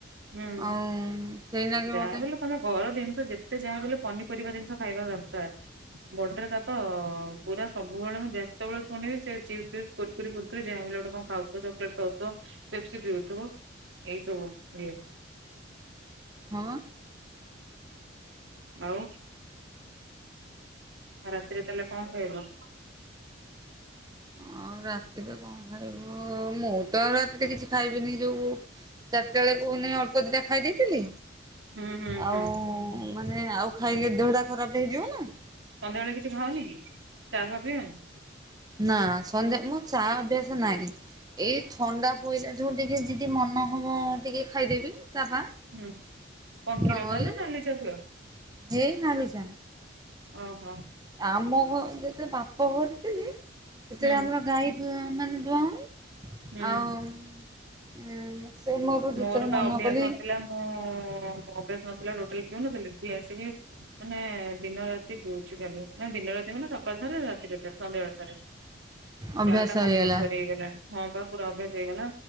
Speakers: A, on the right (about 70°); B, on the right (about 20°).
A: ହୁଁ
B: ଆଉ ସେଇନାଗି
A: ଯାହା
B: ମତେ
A: ବି ହେଲେ ତମ ଘର ଜିନି ଯେତେ ଯାହା ବି ହେଲେ ପନିପରିବା ଜିନିଷ ଖାଇବା ଦରକାର। ବର୍ଡର ତା ତ ପୁରା ସବୁବେଳେ ମୁଁ ଯେତେବେଳେ ଶୁଣିବି। ସେ ଚିପ୍ସ ଫିପ୍ସ କୁର୍କୁରି ଫୁରକୁରି ଯାହାବି ହେଲେ ଗୋଟେ କଣ ଖାଉଥିବ ଚକଲେଟ୍ ଖାଉଥିବ। ପେପ୍ସି ପିଉଥିବ ଏଇ ସବୁ ଇଏ।
B: ହଁ।
A: ଆଉ। ଆଉ ରାତିରେ ତାହେଲେ କଣ ଖାଇବ।
B: ଆଉ ରାତିରେ କଣ ଖାଇବୁ ମୁଁ ତ ଆଉ ରାତିରେ କିଛି ଖାଇବିନି। ଯୋଉ ଚାରିଟା ବେଳକୁ ନେଇ ଅଳ୍ପ ଦିଟା ଖାଇ ଦେଇଥିଲି।
A: ହୁଁ ହୁଁ
B: ଆଉ
A: ହୁଁ
B: ମାନେ ଏଁ ଆଉ ଖାଇଲେ ଦେହଟା ଖରାପ ହେଇଯିବ
A: ସନ୍ଧ୍ୟା
B: ନା।
A: ବେଳେ କିଛି ଖାଅନିକି ଚା ଫା ପିଅନି।
B: ନା ସନ୍ଧ୍ୟା ମୁଁ ଚା ଅଭ୍ୟାସ ନାହିଁ। ଏଇ ଥଣ୍ଡା ପଇଲାଠୁ ଟିକେ ଯିଦି ମନ ହବ ଟିକେ ଖାଇଦେବି। ଚା ଫା
A: ହୁଁ କଣ କ୍ଷୀର
B: ନହଲେ
A: ଚା ନା ନାଲି ଚା ପିଅ?
B: ହେଇ ନାଲି ଚା।
A: ଓଃ ହୋ।
B: ଆମ ଘ ଯେତେବେଳେ ବାପ ଘରେ ଥିଲି। ସେତେବେଳେ
A: ହୁଁ
B: ଆମର ଗାଈ ଦୁ ମାନେ ଦୁଆଁ ହୁଏ।
A: ହୁଁ
B: ଆଉ ଉଁ ସେ ଯେତେବେଳେ
A: ମୋର ବା
B: ମନ
A: ଅଭ୍ୟାସ
B: କଲି
A: ନଥିଲା। ମୁଁ ଅଭ୍ୟାସ ନ ଥିଲା ଟୋଟାଲି ପିଉ ନଥିଲି। ଏଠି ଆସିକି ମାନେ ଦିନ ରାତି ପିଉଚି ଖାଲି। ଦିନ ରାତି ମାନେ ସକାଳ ଦିନ ରେ ଥରେ ରାତିରେ ଥରେ ସନ୍ଧ୍ୟା ବେଳେ ଥରେ।
B: ଅଭ୍ୟାସ
A: ଚା ଟା କମ୍ପଲ୍ସରୀ
B: ହେଇଗଲା
A: ହେଇଗଲାଣି। ହଁ ପା ପୁରା ଅଭ୍ୟାସ ହେଇଗଲା